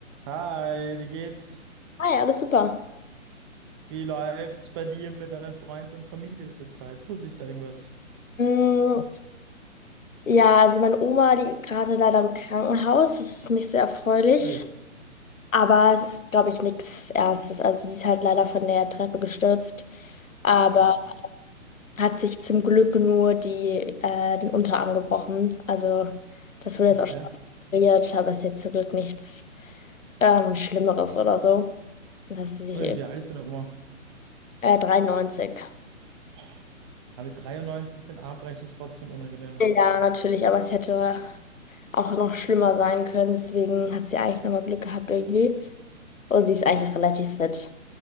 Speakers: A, on the right; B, on the left.
A: Hi, wie geht's?
B: Ah ja, alles super.
A: Wie läuft's bei dir mit deinen Freunden und Familie zurzeit? Tut sich da irgendwas?
B: Mm, Ja, also meine Oma, die gerade leider im Krankenhaus, das ist nicht so erfreulich,
A: Ui.
B: aber es ist, glaube ich, nichts Ernstes. Also sie ist halt leider von der Treppe gestürzt, aber
A: Ah,
B: hat sich zum Glück nur die, äh, den Unterarm gebrochen. Also das wurde
A: okay.
B: jetzt auch schon operiert, aber es ist jetzt zum Glück nichts ähm, Schlimmeres oder so. Dass sie sich
A: Ui, wie alt ist deine Oma?
B: äh, 93.
A: Oh, ja, mit 93 den Arm brechen ist trotzdem unangenehm.
B: Ja, natürlich, aber es hätte auch noch schlimmer sein können. Deswegen hat sie eigentlich nochmal Glück gehabt irgendwie. Und sie ist eigentlich auch relativ fit,